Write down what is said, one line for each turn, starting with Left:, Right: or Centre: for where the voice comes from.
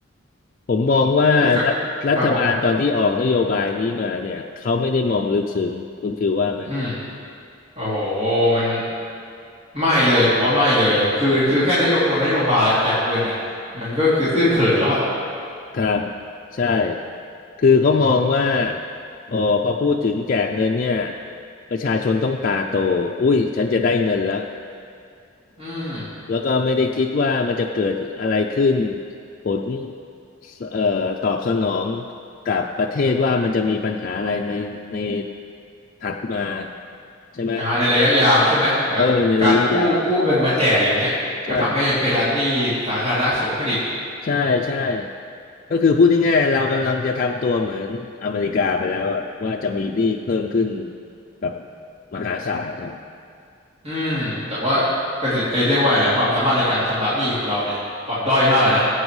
Left: ผมมองว่ารัฐรัฐบาลตอนที่ออกนโยบายนี้มาเนี่ยเขาไม่ได้มองลึกซึ้งคุณฟิลว่าไหม
Right: คือจากครับผมอืมโอ้โหมัน ไม่เลยผมว่าไม่เลยคือคือแค่นโยตัวนโยบายแจากเงินน่ะมันก็คือตื้นเขินแล้วอ่ะ
Left: ครับใช่คือเขามองว่าอ๋อพอพูดถึงแจกเงินเนี่ยประชาชนต้องตาโตอุ้ยฉันจะได้เงินแล้ว
Right: อืม
Left: แล้วก็ไม่ได้คิดว่ามันจะเกิดอะไรขึ้นผลเอ่อตอบสนองกับประเทศว่ามันจะมีปัญหาอะไรในในถัดมาใช่ไหม
Right: อ่าในระยะยาวใช่ไหมแบบการกู้กู้เงินมาแจกอย่างเงี้ยก็ทำให้เพดานหนี้สาธารณะสูงขึ้นอีก
Left: เออในระยะยาวใช่ ใช่ใช่ก็คือพูดง่ายๆเรากำลังจะทำตัวเหมือนอเมริกาไปแล้วอะว่าจะมีหนี้เพิ่มขึ้นแบบมหาศาลนะ
Right: อืมแต่ว่าประสิทธิ์ไอ้เรียกว่าไงนะความสามารถในการชำระหนี้ของเราเนี่ยอ่อนด้อยมากเลยนะ